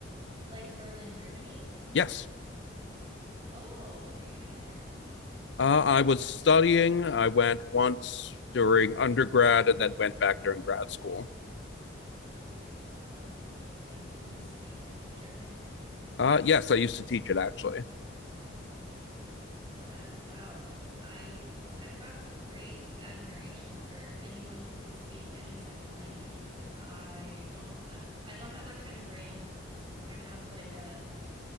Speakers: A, on the right; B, on the left.
A: like Berlin, Germany?
B: Yes.
A: Oh, what were you doing there?
B: Uh, I was studying. I went once during undergrad and then went back during grad school.
A: Wow, that's interesting. Can you speak German?
B: Uh, yes, I used to teach it actually.
A: That wow. I I have a great admiration for anyone who can speak any second language because I don't I, I don't have that kind of brain. I have like a